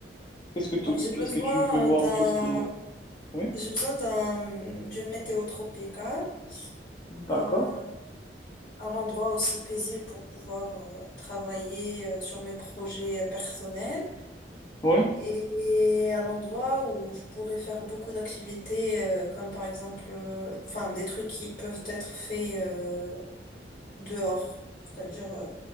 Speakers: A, on the left; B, on the left.
A: Qu'est-ce que tu,
B: Donc j'ai
A: qu'est-ce
B: besoin
A: que tu veux voir
B: euh, d'un
A: et tout ce qui est. Oui,
B: j'ai besoin d'un d'une météo tropicale,
A: d'accord.
B: un, un endroit aussi paisible pour pouvoir euh, travailler euh, sur mes projets euh, personnels
A: Oui,
B: et un endroit où je pourrais faire beaucoup d'activités euh, comme par exemple euh, enfin des trucs qui peuvent être faits euh, dehors, c'est-à-dire euh,